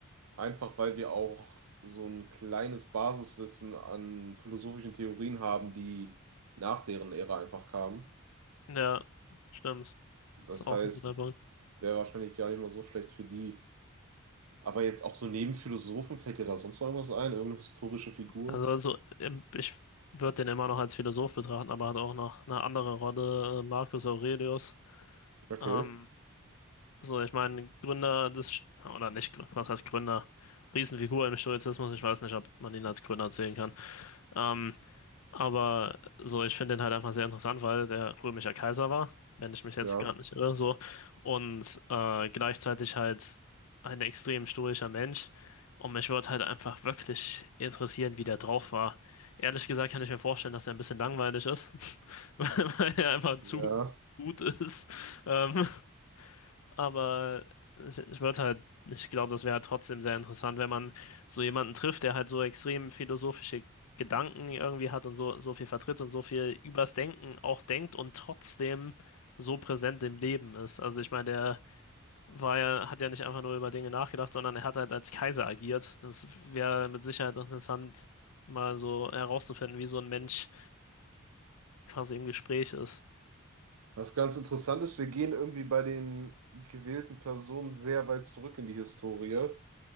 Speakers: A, on the right; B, on the left.
A: einfach weil wir auch so ein kleines Basiswissen an philosophischen Theorien haben, die nach deren Ära einfach kamen.
B: Ja, stimmt.
A: Das
B: Ist auch
A: heißt,
B: ein guter Punkt.
A: wäre wahrscheinlich gar nicht mal so schlecht für die. Aber jetzt auch so neben Philosophen, fällt dir da sonst noch irgendwas ein? Irgendeine historische Figur?
B: Also, also ähm, ich würde den immer noch als Philosoph betrachten, aber hat auch noch eine andere Rolle, äh, Marcus Aurelius.
A: Okay,
B: Ähm, So, ich meine, Gründer des, St- oder nicht Gründer, was heißt Gründer? Riesenfigur im Stoizismus, ich weiß nicht, ob man ihn als Gründer zählen kann. Ähm, aber so, ich finde den halt einfach sehr interessant, weil der römischer Kaiser war, wenn ich mich jetzt
A: ja.
B: gerade nicht irre, so. Und äh, gleichzeitig halt ein extrem stoischer Mensch. Und mich würde halt einfach wirklich interessieren, wie der drauf war. Ehrlich gesagt kann ich mir vorstellen, dass er ein bisschen langweilig ist, <laughs> weil er einfach zu
A: Ja.
B: gut ist. Ähm, aber es, ich würde halt, ich glaube, das wäre halt trotzdem sehr interessant, wenn man so jemanden trifft, der halt so extrem philosophische Gedanken irgendwie hat und so, so viel vertritt und so viel übers Denken auch denkt und trotzdem so präsent im Leben ist. Also ich meine, der war ja, hat ja nicht einfach nur über Dinge nachgedacht, sondern er hat halt als Kaiser agiert. Das wäre mit Sicherheit noch interessant, mal so herauszufinden, wie so ein Mensch quasi im Gespräch ist.
A: Was ganz interessant ist, wir gehen irgendwie bei den gewählten Personen sehr weit zurück in die Historie.